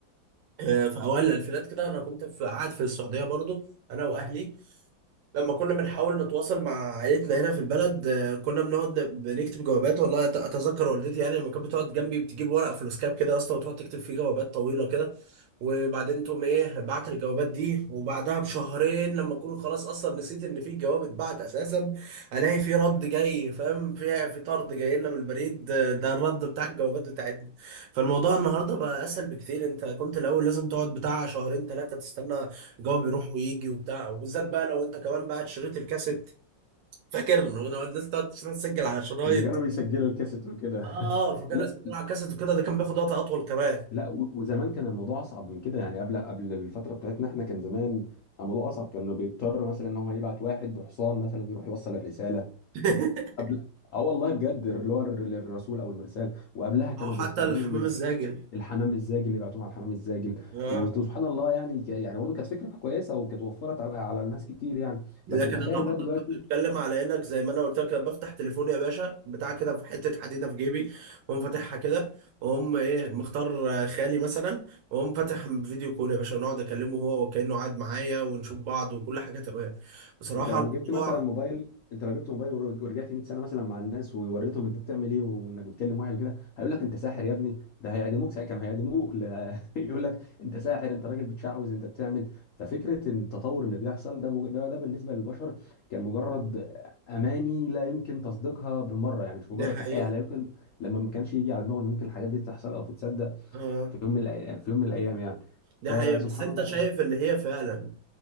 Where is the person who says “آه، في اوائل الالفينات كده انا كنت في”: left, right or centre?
Right